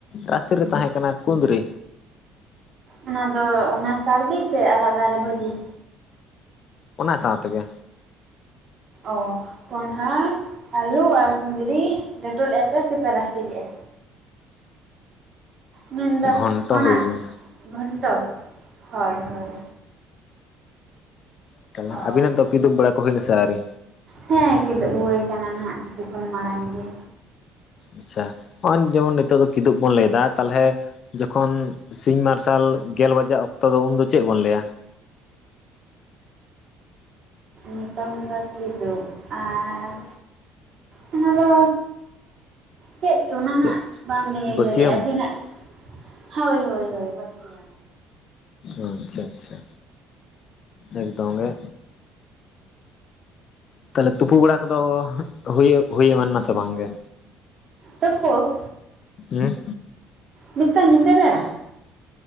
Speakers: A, on the left; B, on the right.
A: ᱨᱟᱥᱮ ᱨᱮ ᱛᱟᱦᱮᱸ ᱠᱟᱱᱟ ᱠᱩᱸᱫᱽᱨᱤ
B: ᱚᱱᱟ ᱫᱚ ᱚᱱᱟ ᱥᱟᱶ ᱜᱮ ᱥᱮ ᱟᱞᱟᱫᱟᱨᱮ ᱵᱷᱟᱹᱡᱤ?
A: ᱚᱱᱟ ᱥᱟᱶ ᱛᱮᱜᱮ
B: ᱚ ᱠᱚᱸᱰᱷᱟ ᱟᱹᱞᱩ ᱟᱨ ᱠᱩᱸᱫᱽᱨᱤ ᱞᱮᱴᱚ ᱞᱮᱫᱼᱟ ᱯᱮ ᱥᱮᱯᱮ ᱨᱟᱥᱮ ᱞᱮᱜᱼᱟ? ᱢᱮᱱᱫᱚ
A: ᱜᱷᱚᱱᱴᱚ
B: ᱚᱱᱟ
A: ᱦᱩᱭ ᱞᱮᱱᱟ
B: ᱜᱷᱚᱱᱴᱚ ᱦᱳᱭ ᱦᱳᱭ
A: ᱛᱟᱦᱚᱞᱮ
B: ᱚ
A: ᱟᱵᱤᱱᱟᱜ ᱫᱚ ᱠᱤᱫᱩᱵ ᱵᱟᱲᱟ ᱠᱚ ᱦᱩᱭᱱᱟ ᱥᱮ ᱟᱹᱨᱤ?
B: ᱦᱮᱸ ᱠᱤᱫᱩᱵ ᱦᱩᱭ ᱠᱟᱱᱟ ᱱᱟᱜ ᱠᱤᱪᱷᱩ ᱠᱷᱚᱱ ᱢᱟᱲᱟᱝ ᱜᱮ
A: ᱟᱪᱪᱷᱟ ᱱᱚᱜᱼᱚᱭ ᱡᱮᱢᱚᱱ ᱱᱤᱛᱚᱜ ᱫᱚ ᱠᱤᱫᱩᱵ ᱵᱚᱱ ᱞᱟᱹᱭᱫᱟ ᱛᱟᱦᱚᱞᱮ ᱡᱚᱠᱷᱚᱱ ᱥᱤᱧ ᱢᱟᱨᱥᱟᱞ ᱜᱮᱞ ᱵᱟᱡᱟᱜ ᱚᱠᱛᱚ ᱫᱚ ᱩᱱᱫᱚ ᱪᱮᱫ ᱵᱚᱱ ᱞᱟᱹᱭᱟ?
B: ᱱᱤᱛᱚᱝ ᱫᱚ ᱠᱤᱫᱩᱜ ᱟᱨ ᱚᱱᱟ ᱫᱚ ᱪᱮᱫ ᱪᱚᱱᱟᱦᱟᱸᱜ
A: ᱪᱮᱫ
B: ᱵᱟᱝᱞᱤᱧ ᱩᱭᱦᱟᱹᱨᱮᱜᱼᱟ
A: ᱵᱟᱹᱥᱭᱟᱹᱢ
B: ᱟᱹᱵᱤᱱᱟᱜ ᱦᱳᱭ ᱦᱳᱭ ᱵᱟᱥᱭᱟᱢ
A: ᱳ ᱟᱪᱪᱷᱟ ᱟᱪᱪᱷᱟ ᱮᱠᱫᱚᱢ ᱜᱮ ᱛᱟᱦᱞᱮ ᱛᱩᱯᱩ ᱵᱮᱲᱟ ᱠᱚᱫᱚ ᱦᱩᱭᱩᱜ ᱦᱩᱭ ᱮᱢᱟᱱᱟ ᱥᱮ ᱵᱟᱝ ᱜᱮ
B: ᱛᱩᱯᱩ
A: ᱦᱮᱸ
B: ᱱᱤᱛᱚᱜ ᱧᱤᱫᱟ. ᱵᱮᱲᱟ?